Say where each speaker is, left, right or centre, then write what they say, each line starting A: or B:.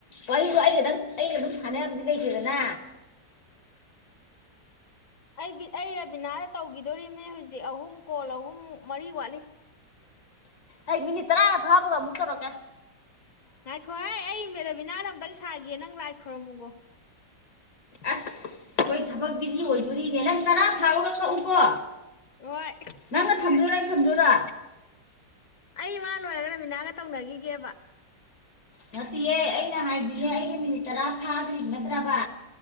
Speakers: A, on the left; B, on the left.
A: ꯋꯥꯔꯤꯗꯣ ꯑꯩꯒꯗꯪ ꯑꯩꯒ ꯑꯗꯨꯝ ꯁꯥꯟꯅ ꯌꯥꯕꯅꯤ ꯀꯩ ꯇꯦꯗꯅꯥ
B: ꯑꯩ ꯑꯩ ꯔꯕꯤꯅꯥꯗ ꯇꯧꯒꯤꯗꯧꯔꯤꯃꯦ ꯍꯧꯖꯤꯛ ꯑꯍꯨꯝ ꯀꯣꯜ ꯑꯍꯨꯝ ꯃꯔꯤ ꯋꯥꯠꯂꯤ
A: ꯑꯩ ꯃꯤꯅꯤꯠ ꯇꯔꯥ ꯐꯥꯕꯒ ꯑꯃꯨꯛ ꯇꯧꯔꯛꯀꯦ
B: ꯉꯥꯏꯈꯣ ꯍꯥꯏ ꯑꯩ ꯃꯦꯔꯥꯕꯤꯅꯥꯗ ꯑꯃꯨꯛꯇꯪ ꯁꯥꯒꯦ ꯅꯪ ꯂꯥꯏ ꯈꯣꯏꯔꯝꯃꯨꯒꯣ
A: ꯑꯁ ꯑꯩꯈꯣꯏ ꯊꯕꯛ ꯕꯤꯖꯤ ꯑꯣꯏꯗꯧꯔꯤꯅꯦ ꯅꯪ ꯇꯔꯥ ꯐꯥꯕꯒ ꯀꯛꯎꯀꯣ
B: ꯍꯣꯏ
A: ꯅꯪꯅ ꯊꯝꯗꯣꯏꯔ ꯑꯩꯅ ꯊꯝꯗꯣꯏꯔ
B: ꯑꯩ ꯃꯥ ꯂꯣꯏꯔꯒ ꯔꯃꯤꯅꯥꯒ ꯇꯧꯅꯈꯤꯒꯦꯕ
A: ꯅꯠꯇꯤꯌꯦ ꯑꯩ ꯑꯩꯅ ꯍꯥꯏꯗꯤꯅꯦ ꯑꯩꯒꯤ ꯃꯤꯅꯤꯠ ꯇꯔꯥ ꯊꯥꯗ꯭ꯔꯤ ꯅꯠꯇ꯭ꯔꯕ